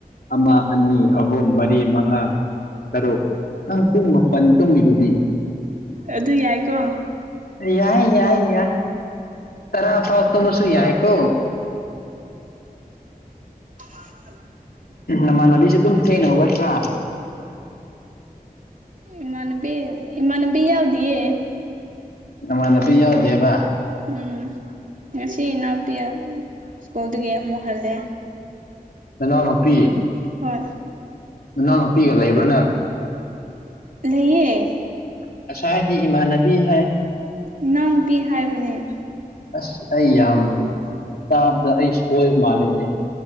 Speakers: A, on the left; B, on the right.
A: ꯑꯃ ꯑꯅꯤ ꯑꯍꯨꯝ ꯃꯔꯤ ꯃꯉꯥ ꯇꯔꯣ ꯅꯪ ꯄꯨꯡ ꯃꯥꯄꯟ ꯇꯨꯝꯃꯤꯗꯨꯗꯤ
B: ꯑꯗꯨ ꯌꯥꯏꯀꯣ
A: ꯌꯥꯏ ꯌꯥꯏ ꯌꯥꯏ ꯇꯔꯥ ꯐꯥꯎꯠꯇꯣꯃꯁꯨ ꯌꯥꯏ ꯀꯣ
B: ꯑ
A: ꯅꯃꯥꯟꯅꯕꯤꯁꯨ ꯑꯗꯨꯝ ꯊꯦꯡꯅ ꯍꯧꯒꯠꯇ꯭ꯔꯥ
B: ꯏꯃꯥꯟꯅꯕꯤ ꯏꯃꯥꯟꯅꯕꯤ ꯌꯥꯎꯗꯤꯌꯦ
A: ꯅꯃꯥꯟꯅꯕꯤ ꯌꯥꯎꯗꯦꯕ
B: ꯎꯝ ꯉꯁꯤ ꯏꯅꯥꯎꯄꯤ ꯁ꯭ꯀꯨꯜꯗꯒꯤ ꯑꯃꯨꯛ ꯍꯜꯂꯦ
A: ꯃꯅꯥꯎꯅꯨꯄꯤ
B: ꯍꯣꯏ
A: ꯅꯪ ꯅꯨꯄꯤꯒ ꯂꯩꯕ꯭ꯔꯣ ꯅꯪ
B: ꯂꯩꯌꯦ
A: ꯉꯁꯥꯏ ꯍꯥꯏꯗꯤ ꯏꯃꯥꯟꯅꯕꯤ ꯍꯥꯏ
B: ꯏꯅꯥꯎꯅꯨꯄꯤ ꯍꯥꯏꯕꯅꯦ
A: ꯑꯁ ꯑꯩ ꯌꯥꯝ ꯇꯥꯕꯗ ꯑꯩ ꯁꯣꯏꯕ ꯃꯥꯜꯂꯤꯅꯦꯪ